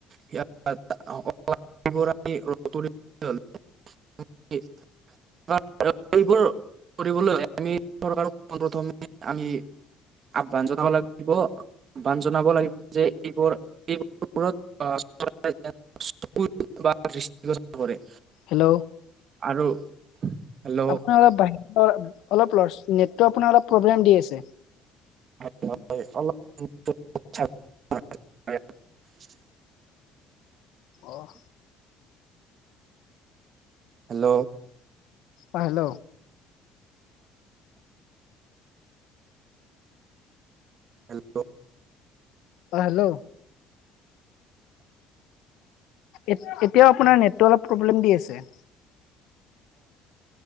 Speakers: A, on the right (about 40°); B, on the left (about 70°).
A: <unintelligible> <unintelligible> এইবোৰ কৰিবলৈ চৰকাৰক <unintelligible> আহ্বান জনাব লাগিব যে এইবোৰ। <unintelligible> <unintelligible> কৰে।
B: হেল্ল'।
A: আৰু। হেল্ল'
B: আপোন অলপ বাহি। অ অলপ ললচ নেটতো আপোনাৰ অপ প্ৰব্লেম দি আছে।
A: <unintelligible>
B: অহ।
A: হেল্ল'।
B: অ হেল্ল।
A: হেল্ল
B: অ হেল্ল। এ এতিয়া আপোনাৰ নেটতো অলপ প্ৰব্লেম দি আছে।